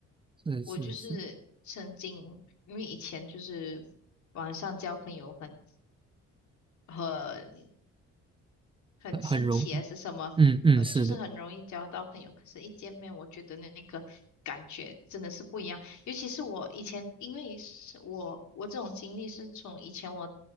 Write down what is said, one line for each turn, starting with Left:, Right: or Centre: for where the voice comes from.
Right: 是是是，
Left: 我就是曾经因为以前就是网上交朋友很很很新奇还是什么，
Right: 很很容，嗯嗯是的。
Left: 呃，就是很容易交到朋友。可是，一见面，我觉得那个感觉真的是不一样。尤其是我以前，因为是我我这种经历是从以前我